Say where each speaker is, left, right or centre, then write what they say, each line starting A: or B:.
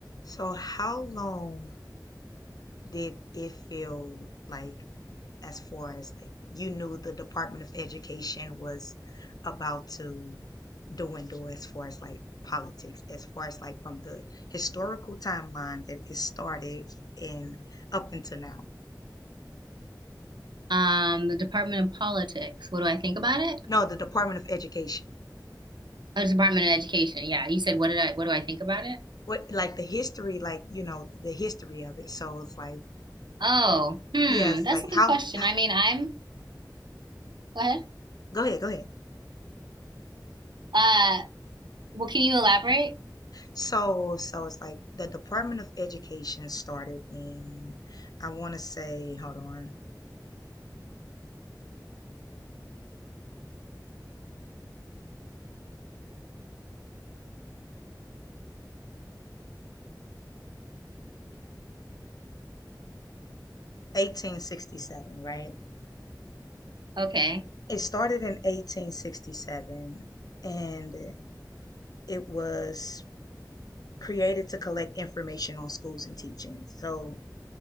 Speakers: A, on the left; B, on the right.
A: So how long did it feel like as far as like you knew the Department of Education was about to dwindle as far as like politics, as far as like from the historical timeline that it started and up until now?
B: Um, the Department of Politics. What do I think about it?
A: No, the Department of Education.
B: Oh, the Department of Education. Yeah, you said what did I what do I think about it?
A: What like the history, like you know, the history of it. So it's like
B: Oh, hmm,
A: yes,
B: that's
A: like
B: a
A: how,
B: good question.
A: how
B: I mean, I'm go ahead.
A: go ahead, go ahead.
B: Uh, well, can you elaborate?
A: So, so it's like the Department of Education started in, I want to say, hold on, 1867, right?
B: Okay.
A: It started in 1867 and it was created to collect information on schools and teaching. So,